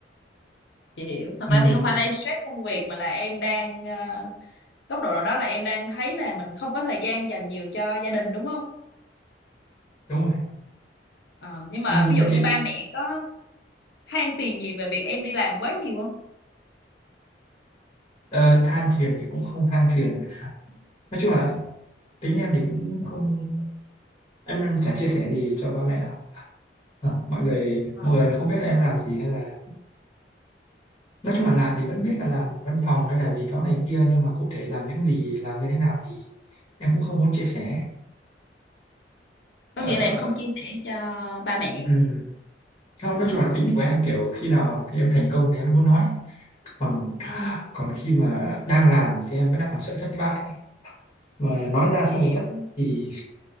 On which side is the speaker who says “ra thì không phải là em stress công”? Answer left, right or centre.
Left